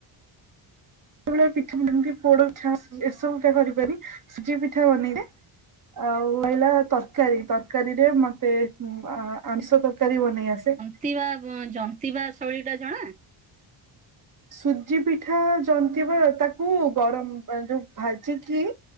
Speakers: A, on the right (about 40°); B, on the right (about 20°).
A: ତେବେଳେ ପିଠା ବନାନ୍ତି ପୋଡ ପିଠା ଏସବୁ କେ <unintelligible> ସୁଜି ପିଠା ବନେଇଲେ ଆଉ <unintelligible> ତରକାରୀ ତରକାରୀରେ ମତେ ଉଁ ଆଁ ଆମିଷ ତରକାରି ବନେଇ ଆସେ।
B: ନ୍ତିବା ବା ଜନ୍ତିବା ଶୈଳୀ ଟା ଜଣା।
A: ସୁଜି ପିଠା ଜନ୍ତିବା ତାକୁ ଗରମ ବା ଯୋଉ ଭାଜିକି।